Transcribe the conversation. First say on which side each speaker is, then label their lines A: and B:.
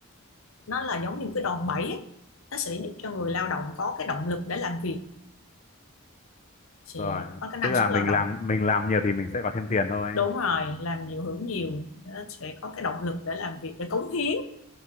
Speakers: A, on the left; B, on the left.
A: nó là giống như một cái đòn bẩy ấy. Nó sẽ giúp cho người lao động có cái động lực để làm việc sẽ
B: rồi
A: có cái năng
B: tức là
A: suất lao
B: mình
A: động
B: làm mình làm nhiều thì mình sẽ có thêm tiền thôi
A: đúng rồi làm nhiều hưởng nhiều nó sẽ có cái động lực để làm việc để cống hiến